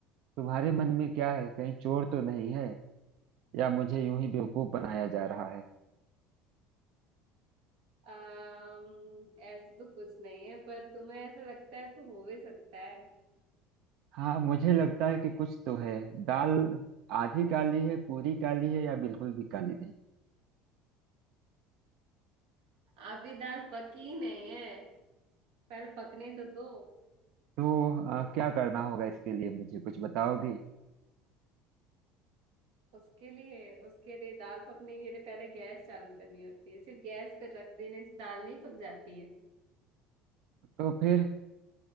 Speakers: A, on the right; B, on the right.
A: तुम्हारे मन में क्या है कहीं चोर तो नहीं है या मुझे यूं ही बेवकूफ बनाया जा रहा है
B: अम, ऐसे तो कुछ नहीं है पर तुम्हें ऐसा लगता है तो हो भी सकता है
A: हाँ मुझे लगता है कि कुछ तो है दाल आधी काली है पूरी काली है या बिल्कुल भी काली नहीं
B: अभी दाल पकी नहीं है पहले पकने तो दो
A: तो अ, क्या करना होगा इसके लिए मुझे कुछ बताओगी
B: उसके लिए उसके लिए दाल पकने के लिए पहले गैस चालू करनी होती है सिर्फ गैस पे रख देने से दाल नहीं पक जाती है
A: तो फिर